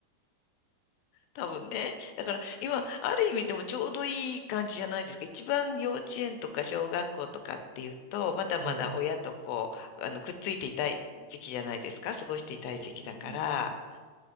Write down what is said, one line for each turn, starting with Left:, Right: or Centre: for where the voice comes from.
Left: 多分ね。だから今、ある意味でもちょうどいい感じじゃないですか。一番幼稚園とか小学校とかっていうと、まだまだ親とこう、
Right: はい、
Left: あの、くっついていたい時期じゃないですか。過ごしていたい時期だから、
Right: そうですね。